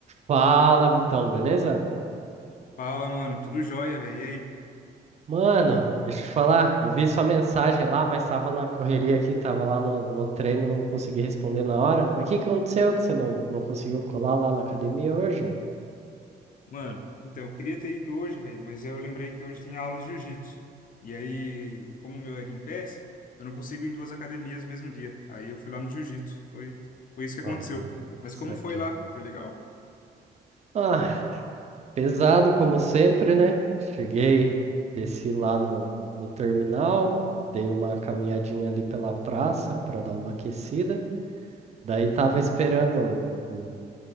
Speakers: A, on the right; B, on the left.
A: Fala, Vitão, beleza?
B: Fala, mano. Tudo jóia, velho. E aí?
A: Mano, deixa eu te falar, eu vi sua mensagem lá, mas tava na correria aqui, tava lá no, no treino, não consegui responder na hora. Mas o que que aconteceu que você não, não conseguiu colar lá na academia hoje?
B: Mano, então, eu queria ter ido hoje, velho, mas eu lembrei que hoje tinha aula de jiu-jitsu. E aí, como o meu é Gympass, eu não consigo ir em duas academias no mesmo dia. Aí eu fui lá no jiu-jitsu. Foi, foi isso que
A: Ah,
B: aconteceu. Mas
A: saquei.
B: como foi lá? Foi legal?
A: Ah, pesado como sempre, né? Cheguei, desci lá no, no terminal, dei uma caminhadinha ali pela praça para dar uma aquecida. Daí tava
B: Uhum.
A: esperando o